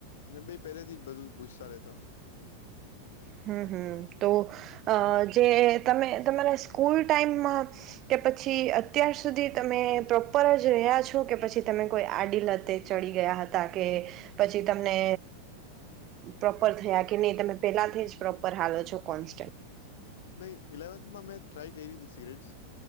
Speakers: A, on the left (about 60°); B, on the right (about 35°).
A: ને બે પહેલેથી જ બધું પૂછતા રતા.
B: હમ હમ તો અ જે તમે તમારા સ્કૂલ ટાઈમમાં કે પછી અત્યાર સુધી તમે પ્રોપર જ રહ્યા છો કે પછી તમે કોઈ આડીલતે ચડી ગયા હતા કે પછી તમને પ્રોપર થયા કે નહી તમે પેલાથી જ પ્રોપર હો છો કોન્ન્ટ
A: નહી ઇલેવન્થમાં મેં ટ્રાય કરી હતી સિગરેટ્સ